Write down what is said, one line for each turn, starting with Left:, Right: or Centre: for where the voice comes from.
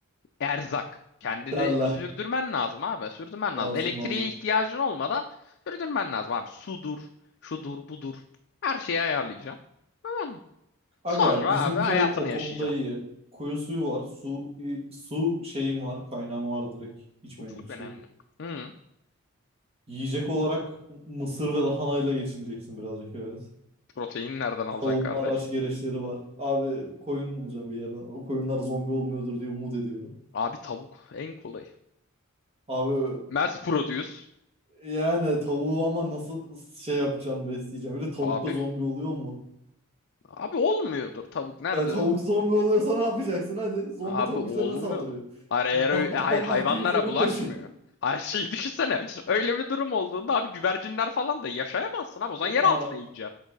Left: erzak. Kendini
Right: Derler.
Left: sürdürmen lazım abi. Sürdürmen
Right: Lazım
Left: lazım. Elektriğe
Right: lazım.
Left: ihtiyacın olmadan sürdürmen lazım abi. Sudur, şudur, budur. Her şeyi ayarlayacaksın. Tamam mı?
Right: Aga
Left: Sonra
Right: bizim
Left: abi hayatını
Right: köy o
Left: yaşayacaksın.
Right: konuda iyi. Kuyu suyu var. Su i- su şeyin var. Kaynağın var direkt. İçmelik
Left: Bu çok
Right: su.
Left: önemli. Hı.
Right: Yiyecek olarak mısır ve lahanayla geçineceksin birazcık evet.
Left: Proteini nereden alacaksın
Right: Savunma
Left: kardeş?
Right: araç gereçleri var. Abi koyun bulacağım bir yerden. O koyunlar zombi olmuyordur diye umut ediyorum.
Left: Abi tavuk en kolayı.
Right: Abi
Left: Mass produce.
Right: yani tavuğu ama nasıl şey yapacaksın besleyeceğim. Bir de tavuk
Left: Abi.
Right: da zombi oluyor mu?
Left: Abi olmuyordur tavuk. Nerede?
Right: Ya tavuk zombi oluyorsa ne yapacaksın hadi. Zombi
Left: Abi
Right: tavuk
Left: olmuyordu.
Right: üzerine saldırıyor.
Left: Hayır, eğer
Right: Bak
Left: ö-
Right: bak
Left: hayır
Right: bak
Left: hayvanlara
Right: bak diye üzerine
Left: bulaşmıyor.
Right: koşuyor. <laughs>
Left: Her şeyi <laughs> düşünsene. Öyle bir durum olduğunda abi güvercinler falan da yaşayamazsın abi. O zaman yer
Right: Ha.
Left: altına ineceksin.